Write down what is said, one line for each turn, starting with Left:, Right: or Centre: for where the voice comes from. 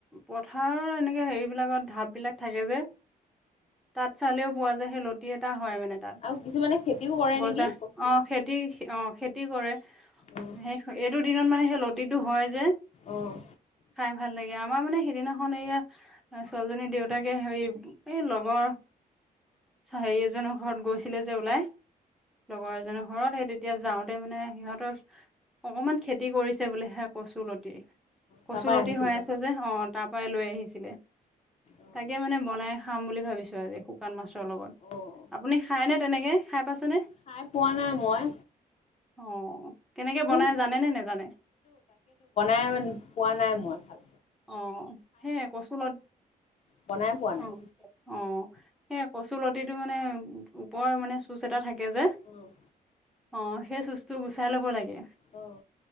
Centre: পথাৰত এনেকে হেৰি বিলাকত ঢাপ বিলাক থাকে যে, তাত চালেও পোৱা যায় সেই লতি এটা হয় মানে তাত,
Left: আৰু কিছুমানে খেতিও কৰে
Centre: বজাৰ
Left: নেকি কচুৱে?
Centre: অ' খেতি অ' খে খেতি কৰে। সে
Left: অ',
Centre: এইটো দিনত মানে সেই লতিটো হয় যে
Left: অ'।
Centre: খাই ভাল লাগে আমাৰ মানে সেইদিনাখন এয়া ছোৱালীজনী দেউতাকে হেৰি, এই লগৰ হেৰি এজনৰ ঘৰত গৈছিল ছিলে যে ওলাই লগৰ এজ ঘৰত, সেই তেতিয়া যাওঁতে মানে সিহঁতৰ অকমান খেতি কৰিছে বুলিহে কচু ল লতি। কচুলতি
Left: তাৰ পৰাই আনিছিলে
Centre: হৈ
Left: মানে?
Centre: আছে যে অ' তাত খোৱা লৈ আহিছিলে,
Left: অ',
Centre: তাকে মানে বনাই খাম বুলি ভাবিছো আজি শুকান মাছ লগত
Left: অ',
Centre: আপুনি খাই নে? তেনেকে খাই পাইছেনে?
Left: খাই পোৱা নাই মই।
Centre: অ' কেনেকে
Left: মোক
Centre: বনাই জানে নে নেজানে?
Left: নাই পোৱা নাই মই ভাল
Centre: অ' সেই কচু লতি
Left: বনাই পোৱা
Centre: অ'-অ'
Left: নাই।
Centre: সেই কচুলতিটো মানে ওপৰ মানে চুজ এটাত থাকে যে
Left: অ',
Centre: অ' সেই চুজটো গুচাই ল'ব লাগে।
Left: আহ।